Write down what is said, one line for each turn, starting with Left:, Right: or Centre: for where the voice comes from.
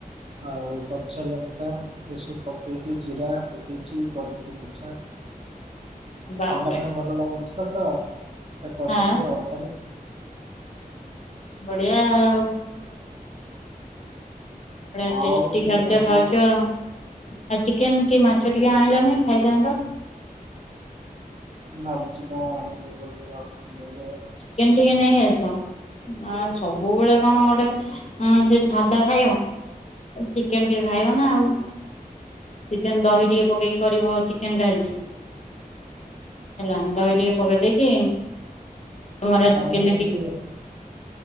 Right: ଆଉ କଞ୍ଚାଲଙ୍କା ଏ ସବୁ ପକେଇକି ଜିରା ପକେଇକି କରିଥିଲି ପିଠା।
Left: ବାପରେ
Right: ଥଣ୍ଡା ପାଇଁ ଭଲ ଲାଗୁନଥିଲା ତ ଏଟା କରିଥିଲି
Left: ହଁ
Right: ଆଉ। ତୋମ
Left: ବଢିଆ ଆଉ। ବଢିଆ
Right: ଆଉ
Left: ଟେଷ୍ଟି
Right: ଟିକେ
Left: ଖାଦ୍ୟ
Right: ଭଲ
Left: ଖାଉଚ।
Right: ନହେଲେ
Left: ଆ, ଚିକେନ୍ କି ମାଛ ଟିକେ ଆଣିଲ ନାହିଁ ଖାଇଥାନ୍ତ।
Right: ଭାବୁଛି କଣ ଆଣିବି ବୋଲି ଭାବୁଥିଲି ଯେ
Left: ଚିକେନ୍ ଟିକେ ନେଇ ଆସ। ଆ, ସବୁବେଳେ କଣ ଗୋଟେ ଅଁ, ସେ ସାଧା ଖାଇବ। ଅ, ଚିକେନ୍ ଟିକେ ଖାଇବ ନା ଆଉ। ଚିକେନ ଦହି ଟିକେ ପକେଇକି କରିବ ଚିକେନ ଟା ଆଜି। ହେଲା ଦହି
Right: ଆଚ୍ଛା
Left: ଟିକେ ପକେଇ ଦେଇକି ମରା
Right: ତମେ
Left: ଚିକେନ
Right: କେମିତି ବ